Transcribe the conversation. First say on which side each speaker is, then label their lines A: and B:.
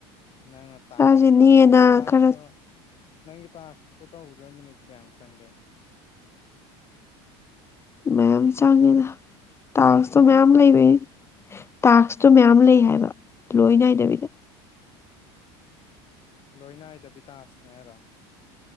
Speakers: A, on the left (about 40°); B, on the left (about 20°).
A: ꯅꯪꯅ ꯇꯥꯛꯁ
B: ꯁꯥꯁꯦ
A: ꯇꯥꯛꯁꯅ
B: ꯅꯦꯅ
A: ꯇꯥꯛꯁꯇꯣ
B: ꯈꯔ
A: ꯅꯪꯒꯤ ꯇꯥꯛꯁꯇꯣ ꯇꯧꯕꯗ ꯃꯤꯅꯤꯠ ꯀꯌꯥꯝꯃꯨꯛ ꯆꯪꯒꯦ
B: ꯃꯌꯥꯝ ꯆꯪꯉꯦꯗ ꯇꯥꯛꯁꯇꯣ
A: ꯍꯥ
B: ꯃꯌꯥꯝ ꯂꯩꯕꯩ ꯇꯥꯛꯁꯇꯣ ꯃꯌꯥꯝ ꯂꯩ ꯍꯥꯏꯕ ꯂꯣꯏ ꯅꯥꯏꯗꯕꯤꯗ
A: ꯂꯣꯏꯅꯥꯏꯗꯕꯤ ꯇꯥꯛꯁꯅꯦ ꯍꯥꯏꯔꯣ